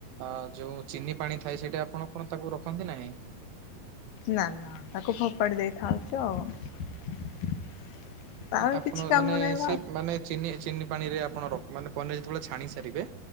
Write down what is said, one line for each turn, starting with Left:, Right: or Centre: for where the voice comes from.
Right: ଆ ଯୋଉ ଚିନି ପାଣି ଥାଏ ସେଇଟା ଆପଣ କଣ ତାକୁ ରଖନ୍ତି ନାହିଁ?
Left: ନାଁ ନାଁ ତାକୁ ଫୋପାଡି ଦେଇଥାଆନ୍ତୁ ଆଉ ତାର
Right: ଆପଣ
Left: କିଛି କାମ
Right: ମାନେ
Left: ନାହିଁ ବା
Right: ସେ ମାନେ ଚିନି ଚିନି ପାଣିରେ ଆପଣ ରଖୁ ମାନେ ପନିର ଯେତେବେଳେ ଛାଣି ସାରିବେ